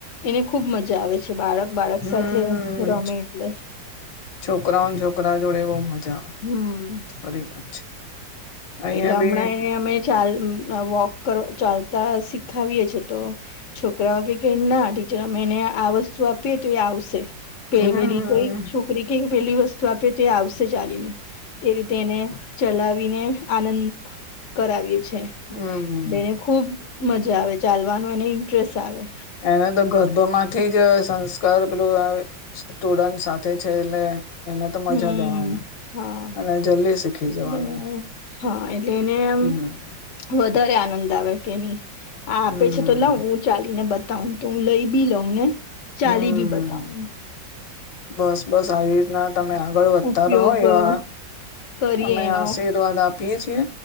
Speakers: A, on the left; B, on the left.
A: એને ખુબ મજા આવે બાળક બાળક
B: હમ
A: સાથે રમે એટલે
B: છોકરાઓને છોકરાઓ જોડે બહુ મજા
A: હમ્મ
B: ખરી વાત છે. અહિયાં
A: એટલે હમણાં
B: બી
A: એ અમે ચાલ ન વોક ચાલતા શીખાવીએ છીએ તો છોકરા કહે કે ના ટીચર અમે એને આ વસ્તુ આપીએ તો એ આવશે. પે
B: હમ
A: વેલી ગઈ જ છું. એકે પેલી વસ્તુ આપે તો આવશે ચાલીને તે રીતે એને ચલાવીને આનંદ કરાવીએ છે
B: હમ
A: બેને ખુબ મજા આવે ચાલવાનું એને ઇન્ટરેસ્ટ આવે
B: એને તો ગર્ભમાંથી જ સંસ્કાર પેલુંઅ સ્ટુડન્ટ સાથે છે એટલે એને તો મજા
A: હમ
B: જ આવવાની
A: હા
B: અને જલ્દી શીખી
A: એટલે
B: જવાનું
A: હા એટલે એને એમ
B: હમ
A: વધારે આનંદ આવે કે નહી આ આપે
B: હમ
A: છે તો લાઉ ચાલી ને બતાવ તો હું લઈ બી લઉં ને ચાલી
B: હમ
A: બી બતાઉ
B: બસ બસ આવી રીતના તમે આગળ વધતા
A: ઉપયોગ
B: રહો એવા
A: <inaudible>
B: અમે
A: એનો
B: આશીર્વાદ આપીએ છીએ.